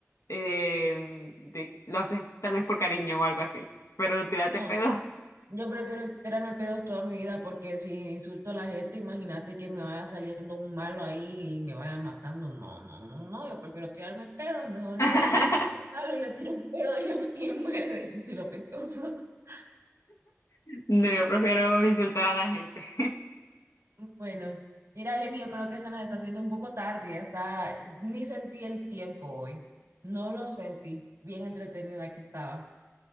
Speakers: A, on the left; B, on the right.
A: eh, de- lo haces tal vez por cariño o algo así, pero tirate
B: No,
A: pedo.
B: yo prefiero tirarme pedos toda mi vida porque si insulto a la gente, imagínate que me vaya saliendo un malo ahí y me vaya matando. No, no, no, no, yo prefiero tirarme pedos, mejor
A: <laughs>
B: que me salte el malo y le tiro un pedo y, y muere de, de lo pestoso. <laughs>
A: No, yo prefiero insultar a la gente. <laughs>
B: Bueno, mira, Lenny, yo creo que se nos está haciendo un poco tarde, ya está, ni sentí el tiempo hoy, no lo sentí, bien entretenida que estaba.